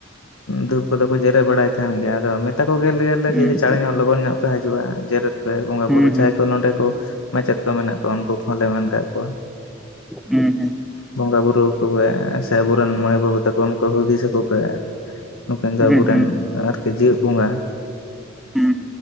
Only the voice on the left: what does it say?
ᱫᱷᱩᱯ ᱠᱚᱫᱚ ᱠᱚ ᱡᱮᱨᱫ ᱵᱟᱲᱟᱭ ᱛᱟᱦᱮᱱ ᱜᱮᱭᱟ ᱟᱫᱚ ᱢᱮᱛᱟ ᱠᱚᱜ ᱜᱮᱭᱟᱞᱮ
ᱡᱩᱫᱤ ᱪᱟᱬᱮ ᱧᱚᱜ ᱞᱚᱜᱚᱱ ᱧᱚᱜ ᱯᱮ ᱦᱤᱡᱩᱜ-ᱟ ᱡᱮᱨᱮᱫ ᱯᱮ ᱵᱚᱸᱜᱟ
ᱵᱩᱨᱩ
ᱡᱟᱦᱟᱸᱭ ᱠᱚ ᱱᱚᱰᱮ ᱠᱚ ᱢᱟᱪᱮᱫ ᱠᱚ ᱢᱮᱱᱟᱜ ᱠᱚᱣᱟ ᱩᱱᱠᱩ ᱠᱚᱦᱞᱮ ᱮᱸ ᱠᱚᱣᱟ
ᱵᱚᱸᱜᱟ ᱵᱩᱨᱩ <unintelligible> ᱥᱮ ᱟᱵᱚ ᱨᱮᱱ ᱢᱟᱹᱭ ᱵᱟᱵᱩ ᱛᱟᱠᱚ ᱚᱱᱠᱟ ᱦᱩᱫᱤᱥ ᱟᱠᱚᱯᱮ ᱱᱩᱠᱤᱱ ᱫᱚ
ᱟᱵᱚᱨᱮᱱ
ᱟᱨᱠᱤ ᱡᱮᱭᱮᱫ ᱵᱚᱸᱜᱟ